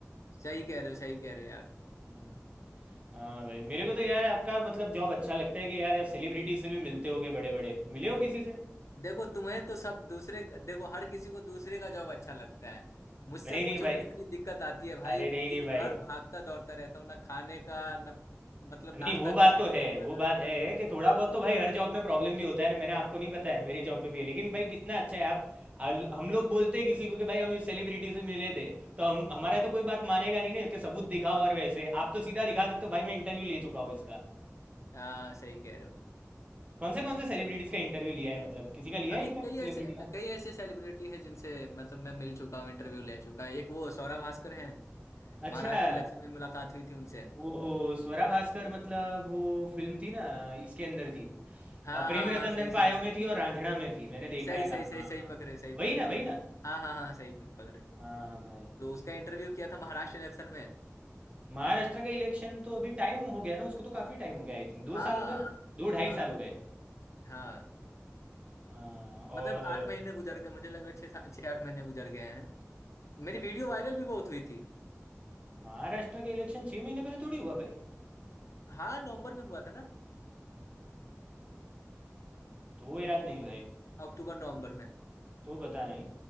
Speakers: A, on the left; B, on the right.
A: सही कह रहे हो सही कह रहे हो यार
B: हम्म। हाँ भाई मेरे को तो यार आपका मतलब जॉब अच्छा लगता है कि यार सेलिब्रिटी से भी मिलते होगे बड़े बड़े मिले हो किसी से
A: देखो तुम्हें तो सब दूसरे देखो हर किसी को दूसरे का जॉब अच्छा लगता है मुझसे
B: नहीं नहीं
A: पूछो
B: भाई
A: कितनी दिक्कत आती है भाई
B: अरे
A: दिन
B: नहीं नहीं भाई
A: भर भागता दौड़ता रहता हूँ ना खाने का ना मतलब
B: नहीं
A: नाश्ता
B: वो
A: करने
B: बात तो
A: का
B: है
A: ठिकाना
B: वो बात है कि थोड़ा बहुत तो भाई हर जॉब में प्रॉब्लम भी होता है ना मैंने आपको नहीं बताया मेरे जॉब में भी है लेकिन भाई कितना अच्छा है आप आल- हम लोग बोलते हैं किसी को कि भाई हम इस सेलिब्रिटी से मिले थे तो हम हमारा तो कोई बात मानेगा नहीं ना कि सबूत दिखाओ और वैसे आप तो सीधा दिखा सकते हो भाई मैं इंटरव्यू ले चुका हूँ इसका
A: हाँ सही कह रहे हो
B: कौन से कौन से सेलिब्रिटीज का इंटरव्यू लिया है मतलब किसी का लिया
A: अभी
B: है इंटरव्यू
A: कई
B: सेलिब्रिटी
A: ऐसे
B: का
A: कई ऐसे सेलिब्रिटी हैं जिनसे मतलब मैं मिल चुका हूँ इंटरव्यू ले चुका हूँ एक वो सौरभ भास्कर हैं
B: अच्छा
A: महाराष्ट्र इलेक्शन में मुलाकात हुई थी उनसे
B: वो स्वरा भास्कर मतलब वो फिल्म थी ना इसके अंदर थी
A: हाँ
B: अ, प्रेम
A: हाँ हाँ
B: रतन
A: सही
B: धन
A: सही
B: पायो में थी और रांझणा में थी मैंने देखा
A: सही
B: है
A: सही
B: काम
A: सही
B: हाँ
A: सही
B: हाँ
A: पकड़े हो सही पकड़े
B: वही ना
A: हो
B: वही ना
A: हाँ हाँ हाँ सही पकड़े हो
B: हाँ भाई
A: तो उसका इंटरव्यू किया था महाराष्ट्र इलेक्शन में
B: महाराष्ट्र का इलेक्शन तो अभी टाइम हो गया ना उसको तो काफ़ी टाइम हो गया आई थिंक दो
A: हाँ
B: साल हुए ना दो
A: हाँ
B: ढाई साल हो गए
A: हाँ
B: हाँ और
A: मतलब आठ महीने गुजर गए मुझे लग रहा है छः सा- छः आठ महीने गुजर गए हैं मेरी वीडियो वायरल भी बहुत हुई थी
B: महाराष्ट्र के इलेक्शन छः महीने पहले थोड़ी हुआ भाई
A: हाँ नवंबर में हुआ था ना
B: तो याद
A: अक्टूबर
B: नहीं भाई
A: अक्टूबर नवंबर में
B: तो पता नहीं